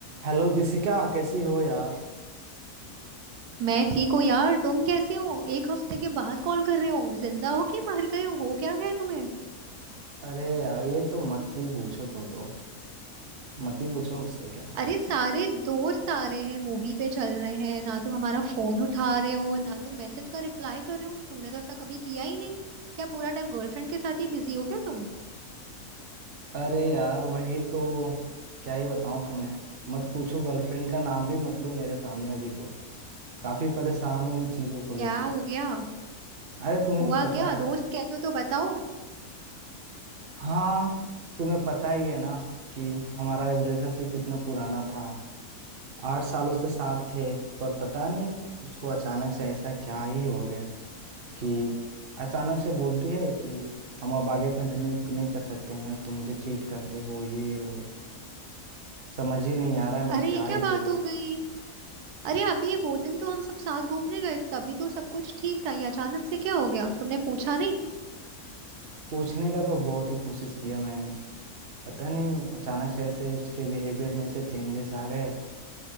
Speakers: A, on the right; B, on the right.
A: Hello Dishika कैसी हो यार
B: मैं ठीक हूँ यार तुम कैसे हो एक हफ्ते के बाद कॉल कर रहे हो जिंदा हो कि मर गए हो हो क्या गए तुम्हें
A: अरे यार ये तो मत ही पूछो तुम तो मत ही पूछो मुझसे क्या हुआ
B: अरे सारे दोस्त आ रहे हैं मूवी पे चल रहे हैं ना तुम हमारा फोन उठा रहे हो ना तुम मैसेज का रिप्लाई कर रहे हो तुमने तो ऐसा कभी किया ही नहीं क्या पूरा टाइम गर्लफ्रेंड के साथ ही बिजी हो क्या तुम
A: अरे यार वही तो क्या ही बताऊं तुम्हें मत पूछो गर्लफ्रेंड का नाम भी मत लो मेरे सामने अभी तो काफी परेशान हूं इन चीजों को
B: क्या
A: लेके
B: हो गया
A: अरे तुम्हें
B: हुआ
A: तो पता
B: क्या
A: है
B: दोस्त कहते हो तो बताओ
A: हाँ तुम्हें पता ही है ना कि हमारा रिलेशनशिप इतना पुराना था आठ सालों से साथ थे पर पता नहीं उसको अचानक से ऐसा क्या ही हो गया कि अचानक से बोलती है कि हम अब आगे कंटिन्यू नहीं कर सकते हैं तुम मुझे चीट करते हो ये हो समझ ही नहीं आ रहा है मैं
B: अरे
A: क्या
B: ये क्या
A: ही
B: बात
A: बोलूं
B: हो गई अरे अभी वो दिन तो हम सब साथ घूमने गए थे तभी तो सब कुछ ठीक था ये अचानक से क्या हो गया तुमने पूछा नहीं
A: पूछने का तो बहुत ही कोशिश किया मैंने पता नहीं अचानक से ऐसे उसके बिहेवियर में ऐसे चेंजेस आ गए